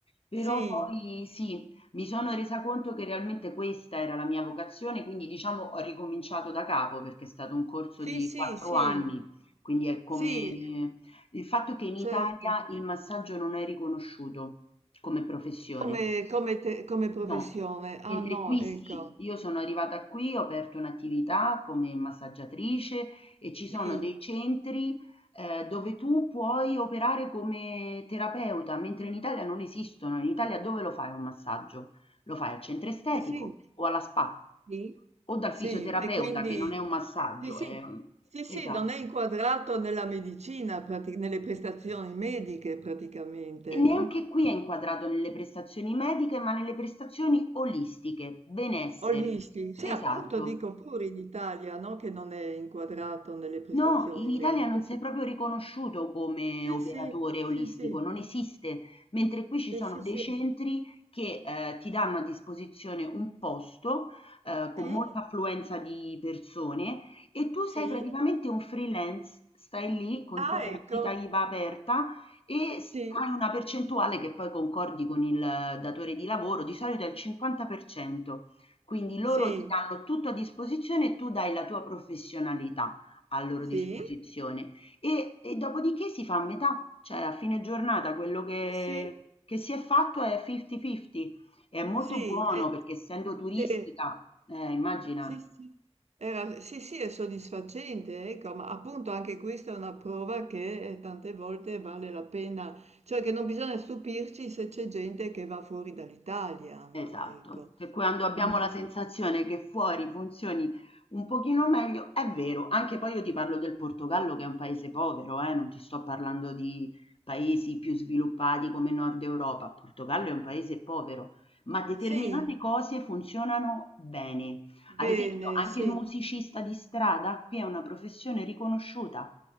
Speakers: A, on the left; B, on the right.
A: però
B: sì.
A: poi sì, mi sono resa conto che realmente questa era la mia vocazione, quindi diciamo ho ricominciato da capo perché è stato un corso
B: Sì,
A: di
B: sì,
A: quattro
B: sì,
A: anni, quindi è come
B: sì,
A: il fatto che in Italia
B: certo.
A: il massaggio non è riconosciuto come professione.
B: Come, come te- come professione.
A: No,
B: Ah
A: mentre
B: no,
A: qui
B: ecco.
A: sì. Io sono arrivata qui, ho aperto un'attività come massaggiatrice e ci
B: Sì,
A: sono dei centri, ehm, dove tu puoi operare come terapeuta, mentre in Italia non esistono. In Italia dove lo fai un massaggio? Lo fai al centro estetico
B: sì, sì.
A: o alla spa
B: Sì.
A: o dal
B: Sì.
A: fisioterapeuta
B: E quindi
A: che non è un massaggio,
B: sì, sì,
A: è un
B: sì, sì,
A: esatto.
B: non è inquadrato nella medicina, prati nelle prestazioni mediche praticamente,
A: E Neanche
B: no,
A: qui è inquadrato nelle prestazioni mediche ma nelle prestazioni olistiche, benessere.
B: olisti sì,
A: Esatto.
B: appunto dico pure in Italia, no, che non è inquadrato nelle prestazioni
A: No, in Italia
B: mediche,
A: non sei
B: sì.
A: proprio riconosciuto come
B: Sì,
A: operatore
B: sì, sì,
A: olistico,
B: sì,
A: non esiste, mentre qui ci
B: sì,
A: sono
B: sì,
A: dei
B: sì.
A: centri che eh, ti danno a disposizione un posto eh, con
B: Sì,
A: molta affluenza di persone e tu
B: sì.
A: sei praticamente un freelance, stai lì con
B: Ah,
A: tua partita
B: ecco.
A: IVA aperta e s-
B: Sì,
A: hai una percentuale che poi concordi con il datore di lavoro, di solito è il 50%, quindi loro
B: sì,
A: ti danno tutto a disposizione e tu dai la tua professionalità a loro
B: sì,
A: disposizione e e dopodiché si fa a metà, cioè a fine giornata quello che
B: sì, sì.
A: che si è fatto è fifty fifty. È molto
B: Sì,
A: buono
B: e
A: perché essendo turistica
B: sì.
A: eh, immagina.
B: Sì, sì. Era sì, sì, è soddisfacente, ecco, ma appunto anche questa è una prova che eh, tante volte vale la pena, cioè che non bisogna stupirci se c'è gente che va fuori dall'Italia, no?
A: Esatto,
B: Ecco.
A: che quando abbiamo
B: Mm, mm.
A: la sensazione che fuori funzioni un pochino meglio, è vero, anche poi io ti parlo del Portogallo che è un paese povero, eh, non ti sto parlando di paesi più sviluppati come Nord Europa, il Portogallo è un paese povero, ma determinate
B: Sì,
A: cose funzionano bene. Ad
B: bene,
A: esempio, anche
B: sì.
A: il musicista di strada qui è una professione riconosciuta.